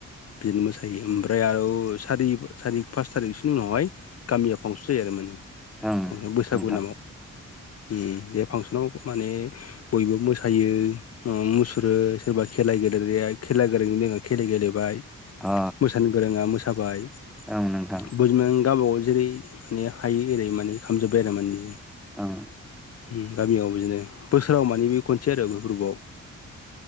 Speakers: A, on the left (about 45°); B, in the centre.
A: बिदिनो मोसाहैयो ओमफ्राय आरो सारि सारि पास थारिखसो उनावहाय गामियाव फांसन जायो आरो माने
B: ओं
A: फांसन बैसागु
B: नोंथां
A: नामाव उम बे फांसनाव माने बयबो मोसायो उम मुसुरो सोरबा खेला गेलेग्राया खेला गोरों खेला गेलेबाय
B: अ
A: मोसानो गोरोङा मोसाबाय <unintelligible>
B: ओं नोंथां
A: गावबागाव जेरै माने हायो एरै माने खालामजोब्बाय आरो माने
B: ओं
A: उम गामियाव बिदिनो बोसोराव माने बे खनसे आरो बेै फोरबोआव